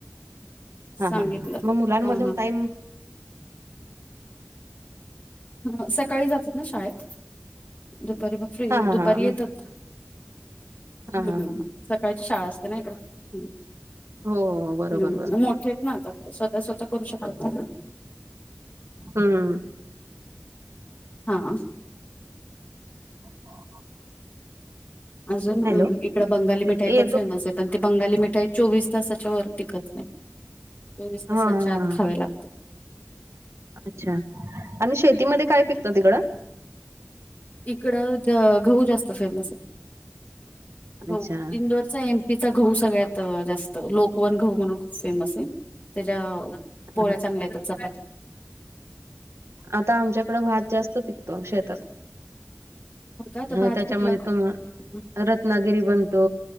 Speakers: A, on the right; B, on the left.
A: हा
B: सांगितलं
A: हा हा हा मग मुलांमधून
B: हा हा
A: टाईम
B: ह सकाळी जातात ना शाळेत, दुपारी मग
A: हां, हां,
B: <unintelligible> दुपारी
A: हां.
B: येतात.
A: मग हां,
B: हमं
A: हां, हां, हां.
B: सकाळची शाळा असते ना इकडं.
A: हो, हो, हो. बरोबर,
B: हंम
A: बरोबर.
B: मोठे आहेत आता, स्वतः स्वतःच करू शकतात.
A: हमं.
B: हां.
A: <inaudible>
B: अजून
A: हॅलो?
B: इकड बंगाली मिठाई
A: येतो
B: पण फेमस आहे, पण ती बंगाली मिठाई चोवीस तासाच्या वर टिकत नाही. चोवीस
A: हा
B: तासांच्या
A: हा
B: आत खायला
A: अच्छा आणि शेतीमध्ये काय पिकतं तिकडं?
B: इकडं गहू जास्त फेमस आहे, गहू
A: अच्छा
B: इंदूरचा तिचा गहू सगळ्यात जास्त, लोकवन गहू म्हणून खूप फेमस आहे त्याच्या पोळ्या
A: हा
B: चांगल्या येतात चपात्या
A: आता आमच्या हिकडं भात जास्त पिकतो शेतात,
B: हो का तर
A: हं
B: भात
A: त्याच्यामध्ये
B: कुठला?
A: तुम
B: हम्म
A: रत्नागिरी बनतो.